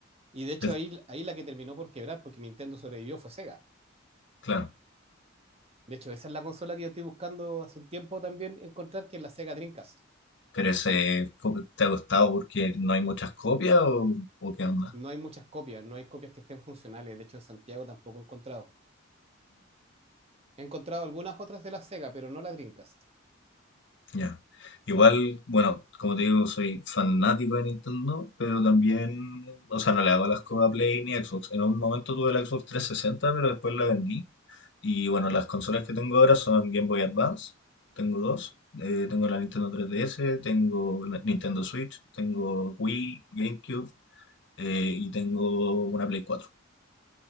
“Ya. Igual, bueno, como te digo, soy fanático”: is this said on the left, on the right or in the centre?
Left